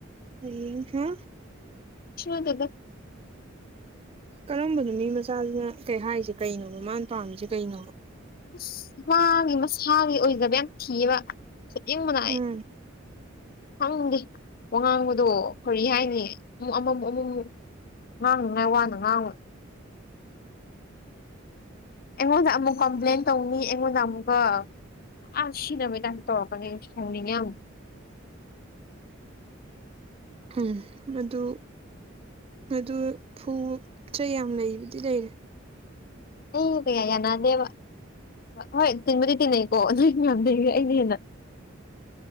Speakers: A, on the right (about 30°); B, on the left (about 50°).
A: ꯍꯌꯦꯡ ꯍꯥ
B: ꯁꯨꯅꯠꯇꯦꯗ
A: ꯀꯔꯝꯕꯅꯣ ꯃꯤ ꯃꯆꯥꯁꯤꯅ ꯀꯩ ꯍꯥꯏꯔꯤꯁꯦ ꯀꯩꯅꯣꯕ ꯃꯥꯅ ꯄꯥꯝꯃꯤꯁꯦ ꯀꯩꯅꯣꯕ
B: ꯑꯁ ꯃꯥꯒꯤ ꯃꯁꯥꯒꯤ ꯑꯣꯏꯖꯕ ꯌꯥꯝ ꯊꯤꯌꯦꯕ ꯐꯨꯅꯤꯡꯕꯅ
A: ꯎꯝ
B: ꯑꯩ ꯈꯪꯗꯦ ꯋꯥ ꯉꯥꯡꯕꯗꯣ ꯀꯔꯤ ꯍꯥꯏꯅꯤ ꯑꯃꯨꯛ ꯑꯃꯃꯨꯛ ꯑꯃꯃꯨꯝꯛ ꯉꯥꯡꯅꯤꯉꯥꯏ ꯋꯥꯅ ꯉꯥꯡꯉ ꯑꯦ ꯀꯝꯄ꯭ꯂꯦꯟ ꯇꯧꯅꯤ ꯑꯩꯉꯣꯟꯗ ꯑꯃꯨꯛꯀ ꯑ ꯁꯤꯅꯕꯗꯥꯏ ꯇꯧꯔꯛꯀꯅꯤꯁꯨ ꯍꯪꯅꯤꯡꯉꯦ ꯑꯃꯨ
A: ꯎꯝ ꯃꯗꯨ ꯑꯗꯨ ꯐꯨ ꯆꯩ ꯌꯥꯝ ꯂꯩꯕꯗꯤ ꯂꯩꯔꯦ
B: ꯑꯩꯒ ꯀꯌꯥ ꯌꯥꯅꯗꯦꯕ ꯍꯣꯏ ꯇꯤꯟꯕꯗꯤ ꯇꯤꯟꯅꯩꯀꯣ ꯑꯗꯨꯗꯤ ꯃꯌꯥꯝꯗ ꯑꯩꯅ ꯍꯦꯟꯅ